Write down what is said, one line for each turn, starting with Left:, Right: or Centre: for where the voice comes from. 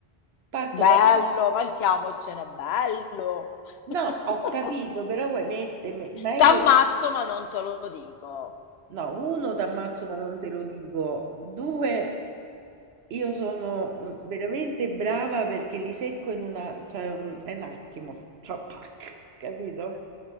Right: Parto
Left: Bello,
Right: da
Left: vantiamocene, bello. <laughs>
Right: No, ho capito, però vuoi mettermi meglio
Left: T'ammazzo,
Right: di
Left: ma non te lo dico.
Right: No, uno t'ammazzo ma non te lo dico. Due, io sono mm, veramente brava perché li secco in una, cioè un, è un attimo, cioè pac, capito?